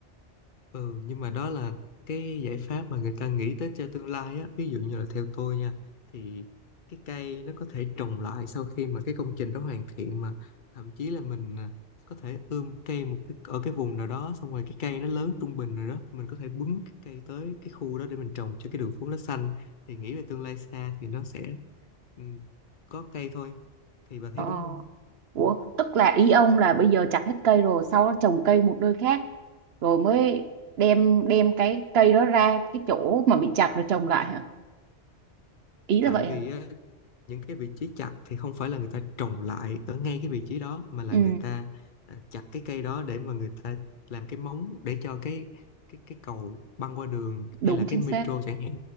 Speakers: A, on the left; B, on the right.
A: Ừ, nhưng mà đó là cái giải pháp mà người ta nghĩ tới cho tương lai á. Ví dụ như là theo tôi nha, thì cái cây nó có thể trồng lại sau khi mà cái công trình đó hoàn thiện mà thậm chí là mình à, có thể ươm cây một cái, ở cái vùng nào đó xong rồi cái cây nó lớn trung bình rồi đó mình có thể bứng cái cây tới cái khu đó để mình trồng cho cái đường phố nó xanh thì nghĩ về tương lai xa thì nó sẽ ừ, có cây thôi thì bà thấy
B: ờ.
A: đúng không?
B: Ủa tức là ý ông là bây giờ chặt hết cây rồi sau đó trồng cây một nơi khác rồi mới đem đem cái cây đó ra cái chỗ mà bị chặt rồi trồng lại hả ý là
A: Tại
B: vậy
A: vì
B: hả
A: á, những cái vị trí chặt thì không phải là người ta trồng lại ở ngay cái vị trí đó mà là
B: ừ
A: người ta à, chặt cái cây đó để mà người ta làm cái móng để cho cái cái cái cầu băng qua đường
B: đúng
A: hay là
B: chính
A: cái metro
B: xác
A: chẳng hạn